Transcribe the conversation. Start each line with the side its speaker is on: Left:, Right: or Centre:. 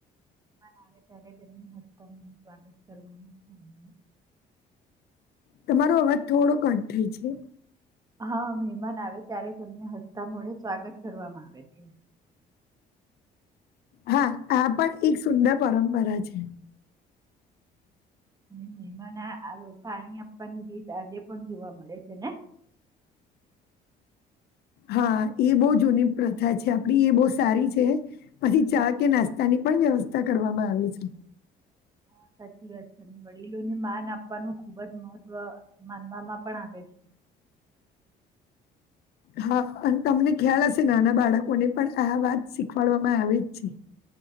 Right: મહેમાન આવે ત્યારે તેમનું સ્વાગત કરવામાં આવે છે <inaudible>
Left: તમારો અવાજ થોડો કટ થાય છે
Right: હા મહેમાન આવે ત્યારે તેમને હસતા મોડે સ્વાગત કરવામાં આવે છે <inaudible>
Left: હા આ પણ એક સુંદર પરંપરા છે
Right: અને મહેમાન પાણી આપવાની રીત આજે પણ જોવા મળે છે ને <inaudible>
Left: હા એ બહુ જૂની પ્રથા છે આપડી એ બહુ સારી છે પછી ચા કે નાસ્તાની પણ વ્યવસ્થા કરવામાં આવી છે
Right: <inaudible> સાચી વાત છે અને વડીલોને માન આપવાનું ખુબ જ મહત્વ માનવામાં પણ આવે છે <inaudible>
Left: હા અને તમને ખ્યાલ હશે નાના બાળકોને પણ આ વાત શીખવાડવામાં આવે જ છે